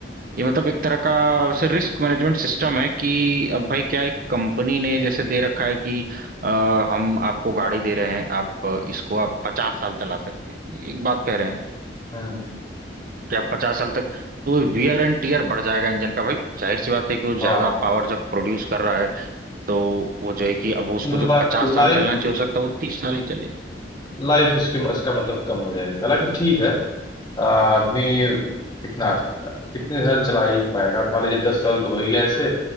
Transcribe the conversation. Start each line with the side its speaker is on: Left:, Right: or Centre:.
Right: ये मतलब एक तरह का वैसे रिस्क मैनेजमेंट सिस्टम है कि अब भाई क्या है कि कंपनी ने जैसे दे रखा है कि अ, हम आपको गाड़ी दे रहे हैं आप इसको आप पचास साल चला सकते हैं एक बात
Left: हम्म,
Right: कह रहे हैं
Left: हम्म,
Right: कि आप पचास साल तक तो वो वियर एंड टीयर बढ़ जाएगा इंजन का भाई जाहिर सी बात है कि वो ज्यादा
Left: हाँ
Right: पावर जब प्रोड्यूस कर रहा है तो वो जो है कि अब उसको
Left: ला,
Right: जो पचास
Left: लाइफ
Right: साल चलना चाहिए हो सकता है वो तीस साल ही चले
Left: लाइफ इसके इसका मतलब कम हो जाएगी हालांकि ठीक है आ, आदमी कितना कितने साल चला ही पाएगा मान लीजिए दस साल तो हो ही गया ऐसे